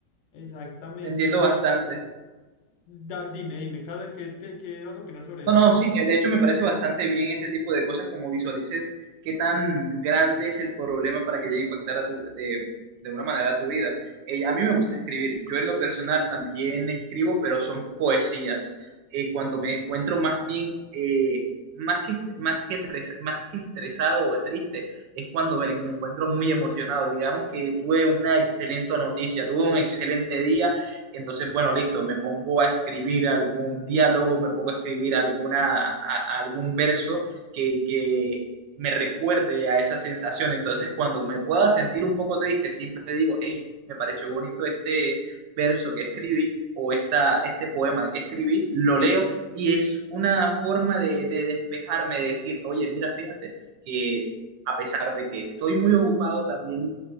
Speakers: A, on the left; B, on the right.
A: exactamente.
B: te entiendo bastante.
A: Da- dime, dime, Casa, ¿qué, te- qué vas a opinar sobre
B: No,
A: eso?
B: no, sí, que de hecho me parece bastante bien ese tipo de cosas, como visualices qué tan grande es el problema para que llegue a impactar a tu, de, de una manera a tu vida. Eh, a mí me gusta escribir, yo en lo personal también escribo, pero son poesías. Eh, cuando me encuentro más bien, eh, más que, est- más que, tres- más que estresado o triste, es cuando me me encuentro muy emocionado. Digamos que tuve una excelente noticia, tuve un excelente día entonces, bueno, listo, me pongo a escribir algún diálogo, me pongo a escribir alguna, a- algún verso que, que me recuerde a esa sensación. Entonces, cuando me pueda sentir un poco triste, siempre digo, hey, me pareció bonito este verso que escribí o esta, este poema que escribí, lo leo y es una forma de, de despejarme, de decir, oye, mira, fíjate que a pesar de que estoy muy ocupado, también